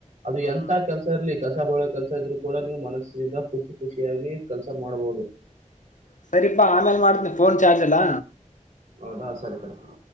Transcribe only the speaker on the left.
ಹಾ
ಸರಿಪಾ ಆಮೇಲೆ ಮಾಡ್ತನಿ ಫೋನ್ ಚಾರ್ಜ್ ಅಲ್ಲ